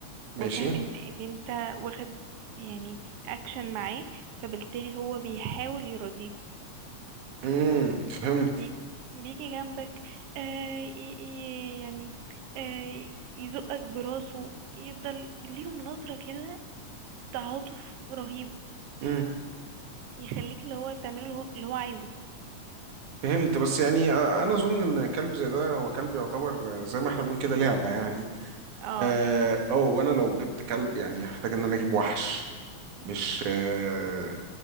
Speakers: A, on the right; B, on the right.
A: وفاهم
B: ماشي
A: ان ان انت واخد يعني اكشن معاه فبالتالي هو بيحاول يرضيك
B: امم فهمت
A: بيجي, بيجي جنبك آه ي- ي- يعني آه يزقك براسه يفضل ليهم نظرة كده تعاطف رهيب
B: امم
A: يخليك اللي هو تعمله اللي هو اللي هو عايزه
B: فهمت بس يعني آه، انا اظن ان كلب زي ده هو كلب يعتبر آه، زي ما احنا بنقول كده لعبه يعني
A: اه
B: اه أو، وانا لو جبت كلب يعني هحتاج ان انا اجيب وحش مش آه